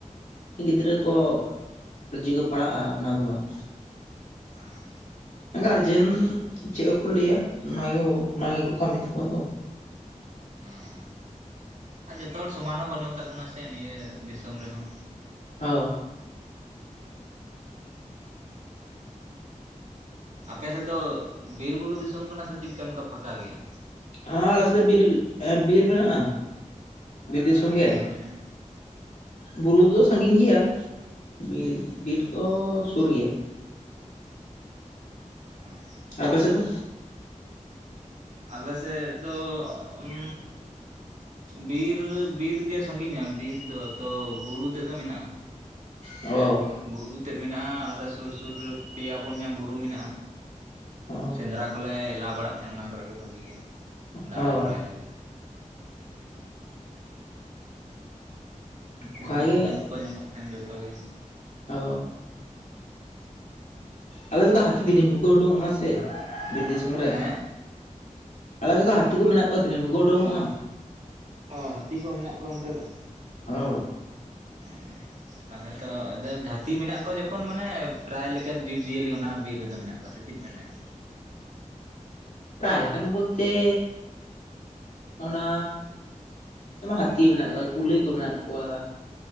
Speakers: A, on the left (about 80°); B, on the right (about 65°).
A: ᱜᱤᱫᱽᱨᱟᱹ ᱠᱚ ᱚᱞᱪᱤᱠᱤ ᱠᱚ ᱯᱟᱲᱦᱟᱜ-ᱟ ᱚᱱᱟ ᱫᱚ ᱵᱟᱝ᱾
B: ᱟᱸᱻ
A: ᱜᱟᱨᱡᱮᱱ ᱪᱮᱫ ᱠᱚᱠᱚ ᱞᱟᱹᱭᱟ, ᱚᱱᱟᱜᱮ ᱦᱳ, ᱚᱱᱟ ᱜᱮᱠᱚ ᱠᱟᱹᱢᱤ ᱛᱟᱠᱚᱣᱟ ᱛᱚ᱾
B: ᱦᱩᱸ, ᱟᱨ ᱡᱚᱛᱚ ᱦᱚᱲ ᱥᱚᱢᱟᱱ ᱦᱚᱸ ᱵᱟᱹᱱᱩᱜ ᱟᱠᱟᱫ ᱵᱚᱱᱟ ᱥᱮ ᱱᱤᱭᱟᱹ ᱫᱤᱥᱚᱢ ᱨᱮᱦᱚᱸ᱾
A: ᱦᱚ᱾
B: ᱟᱯᱮᱥᱮᱫ ᱫᱚ ᱵᱤᱨ ᱵᱩᱨᱩ ᱫᱤᱥᱚᱢ ᱠᱟᱱᱟ ᱥᱮ ᱪᱮᱫᱠᱟ ᱱᱚᱝᱠᱟ ᱯᱷᱟᱸᱠᱟ ᱜᱮᱭᱟ?
A: ᱦᱟᱸ ᱟᱞᱮ ᱥᱮᱫ ᱵᱤᱨ, ᱦᱮᱸ ᱵᱤᱨ ᱢᱮᱱᱟᱜ-ᱟ, ᱵᱤᱨ ᱫᱤᱥᱚᱢ
B: ᱚ
A: ᱜᱮ᱾
B: ᱵᱤᱨ ᱢᱮᱱᱟᱜᱼᱟ
A: ᱵᱩᱨᱩ ᱫᱚ ᱥᱟᱺᱜᱤᱧ ᱜᱮᱭᱟ, ᱵᱤᱨ ᱵᱤᱨ ᱫᱚ ᱥᱩᱨ ᱜᱮᱭᱟ᱾
B: ᱦᱩᱸ᱾
A: ᱟᱯᱮ ᱥᱮᱫ ᱫᱚ?
B: ᱟᱞᱮ ᱥᱮᱫ ᱫᱚ ᱩᱸᱻ ᱵᱤᱨ, ᱵᱤᱨ ᱜᱮ ᱥᱟᱺᱜᱤᱧᱟ ᱵᱤᱨ ᱫᱚ ᱛᱚ ᱵᱩᱨᱩ ᱛᱮᱫ ᱫᱚ ᱢᱮᱱᱟᱜ-ᱟ᱾
A: ᱚ᱾
B: ᱵᱩᱨᱩ ᱛᱮᱫ ᱢᱮᱱᱟᱜ-ᱟ ᱟᱞᱮ ᱥᱩᱨ ᱥᱩᱨ ᱯᱮᱭᱟ ᱯᱩᱱᱤᱭᱟ ᱵᱩᱨᱩ ᱢᱮᱱᱟᱜ-ᱟ᱾
A: ᱚ
B: ᱥᱮᱸᱫᱽᱨᱟ ᱠᱚᱞᱮ ᱦᱮᱞᱟᱣ ᱵᱟᱲᱟᱜ ᱛᱟᱦᱮᱸᱫ ᱚᱱᱟ ᱠᱚᱨᱮ ᱜᱮ ᱵᱷᱟᱜᱤ ᱜᱮ ᱫᱟᱬᱟ
A: ᱚ
B: ᱵᱟᱲᱟᱭᱟᱞᱮ᱾
A: ᱚᱱᱠᱟᱜᱮ
B: ᱠᱩᱞᱟᱹᱭ, ᱨᱩᱸᱰᱟᱹ ᱠᱚᱠᱚ ᱧᱟᱢᱚᱜ ᱛᱟᱦᱮᱱ ᱡᱚᱛᱚ ᱜᱮ᱾
A: ᱚ᱾ ᱟᱞᱮ ᱥᱮᱫ ᱫᱚ ᱦᱟᱹᱛᱤ ᱫᱚ ᱫᱤᱱ ᱦᱚᱸᱠᱚ ᱩᱰᱩᱝᱚᱜ-ᱟ ᱥᱮ, ᱵᱤᱨ ᱫᱤᱥᱚᱢ ᱨᱮ᱾
B: ᱦᱮᱸ
A: ᱟᱞᱮ ᱥᱮᱫ ᱫᱚ ᱦᱟᱹᱛᱤ ᱠᱚ ᱢᱮᱱᱟᱜ ᱠᱚᱣᱟ ᱫᱤᱱᱟᱹᱢ ᱜᱮᱠᱚ ᱩᱰᱩᱝᱚᱜ-ᱟ᱾
B: ᱚ, ᱦᱟᱹᱛᱤ ᱠᱚ ᱢᱮᱱᱟᱜ ᱠᱚᱣᱟ ᱚᱱᱛᱮ ᱫᱚ᱾
A: ᱦᱳ᱾
B: ᱦᱮᱸ᱾ ᱛᱟᱦᱞᱮ ᱛᱚ ᱡᱟᱭ ᱦᱟᱹᱛᱤ ᱢᱮᱱᱟᱜ ᱠᱚᱣᱟ ᱡᱚᱠᱷᱚᱱ ᱢᱟᱱᱮ ᱯᱨᱟᱭ ᱞᱮᱠᱟᱱ ᱡᱤᱵᱽ ᱡᱤᱭᱟᱹᱞᱤ ᱚᱱᱟ ᱵᱤᱨ ᱨᱮᱫᱚ ᱢᱮᱱᱟᱜ ᱠᱟᱣᱟ ᱥᱮ ᱪᱮᱫ ᱵᱮᱱ ᱢᱮᱱᱟ?
A: ᱯᱨᱟᱭ ᱞᱮᱠᱟᱱ ᱵᱚᱞᱛᱮ ᱚᱱᱟᱻ ᱵᱟᱝ ᱦᱟᱹᱛᱤ ᱢᱮᱱᱟᱜ ᱠᱚᱣᱟ, ᱠᱩᱞᱟᱹᱭ ᱠᱚ ᱢᱮᱱᱟᱜ ᱠᱚᱣᱟ᱾